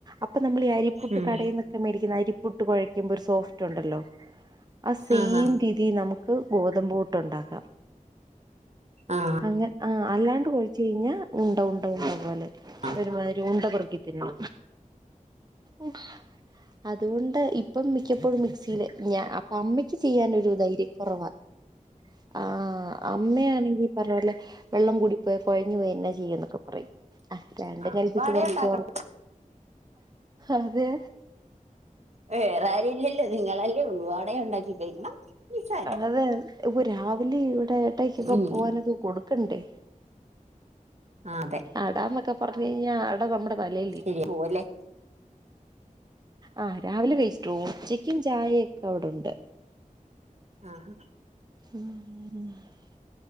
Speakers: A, on the right; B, on the right.
A: അപ്പൊ നമ്മളീ അരിപ്പുട്ട്
B: ഉം
A: കടയിന്നൊക്കെ മേടിക്കുന്ന അരിപ്പുട്ട് കൊഴയ്ക്കുമ്പൊരു സോഫ്റ്റുണ്ടല്ലോ അ സെയിം
B: ആഹാ
A: രീതി നമുക്ക് ഗോതമ്പ് പുട്ടുണ്ടാക്കാം
B: ആഹ്
A: ഹങ്ങ ആഹ് അല്ലാണ്ട് കൊഴച്ച് കഴിഞ്ഞാ ഉണ്ട ഉണ്ട ഉണ്ട പോലെ
B: ആഹ്
A: ഒരുമാതിരി ഉണ്ട പെറുക്കിത്തിന്നെ ഉം അതുകൊണ്ട് ഇപ്പം മിക്കപ്പോഴും മിക്സില് ഞാ അപ്പം അമ്മയ്ക്ക് ചെയ്യാനൊരു ധൈര്യക്കൊറവാ. ആഹ് അമ്മയാണെങ്കി പറഞ്ഞ പോലെ വെള്ളം കൂടിപ്പോയ് കൊഴഞ്ഞു പോയി എന്നാ ചെയ്യന്നൊക്കെ പറയും രണ്ടും കൽപ്പിച്ച്
B: അപ്പൊ അട
A: കൊർച്
B: ഉണ്ടാക്കണം
A: ചോർ അതെ
B: വേറാരുല്ലല്ലോ നിങ്ങളല്ലേ ഉള്ളൂ അടെ ഉണ്ടാക്കി കഴിക്കണം നിസ്സാരം
A: അതെ ഇപ്പൊ രാവിലെ ഇവിടെ ഏട്ടയ്ക്കൊക്കെ
B: ഉം
A: പോകാനൊക കൊടുക്കണ്ടേ
B: ആഹ് അതെ
A: അടാന്നൊക്കെ പറഞ്ഞു കയിഞ്ഞാ അട നമ്മുടെ തലേല്.
B: ശരിയാ പോവല്ലേ
A: ആഹ് രാവിലെ കഴിച്ചിട്ടു പോവും ഉച്ചക്കും ചായയു ഒക്കവിടെണ്ട്.
B: ആഹ്
A: ആഹ് <inaudible>